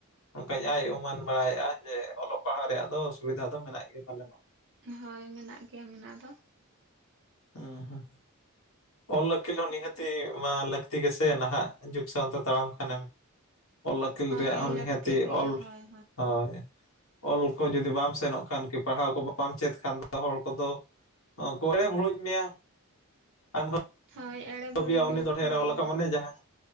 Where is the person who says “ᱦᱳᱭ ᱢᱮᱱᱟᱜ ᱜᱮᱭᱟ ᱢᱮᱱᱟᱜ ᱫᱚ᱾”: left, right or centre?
Right